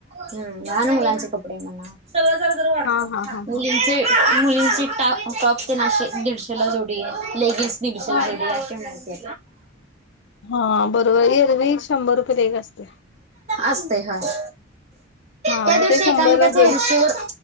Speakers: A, on the right; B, on the left.
A: हम्म मन मुलाचिक पुिय मणा सग झा तर वाटत
B: हा हा हा
A: मुलीं
B: हा
A: मुलींचे टा टॉप ते नाशे दिीडशेला जुडी आहे लेगीसशल
B: हा.
A: लेडीे
B: हा बरोबर एरवी शंभर रुपये लेख असते
A: असते हय
B: हा
A: त्या दिवशी
B: मग ते
A: एकामेकाच्या
B: शंभरला दीडशे
A: हष्टीवर